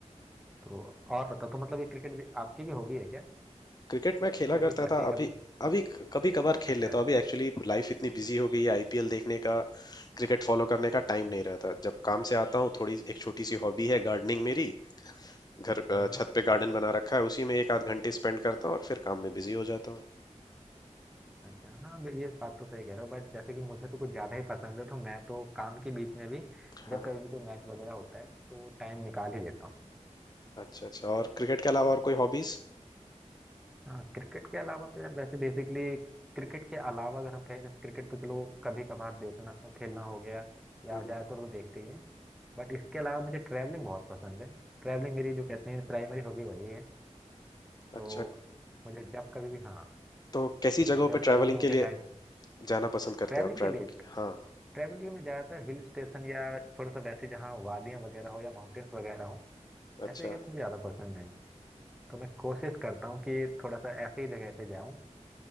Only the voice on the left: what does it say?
क्रिकेट मैं खेला
करता
था
अभी
अभी कभी कभार खेल
लेता हूँ अभी एक्चुअली लाइफ इतनी बिजी हो गई है आईपीएल देखने का क्रिकेट फॉलो करने का टाइम
नहीं रहता जब काम से आता हूँ थोड़ी एक छोटी सी हॉबी है गार्डनिंग मेरी घर अ,
छत पे गार्डन बना रखा है उसी में एक आध घंटे स्पेंड करता हूँ और फिर काम में बिजी हो जाता हूँ
हाँ हाँ,
अच्छा अच्छा और क्रिकेट के अलावा और कोई हॉबीज
हम्म
हम्म,
अच्छा
तो कैसी
जगहों
पे ट्रैवलिंग
के
लिए जाना पसंद करते
हो आप ट्रैवलिंग
के लिए हाँ
अच्छा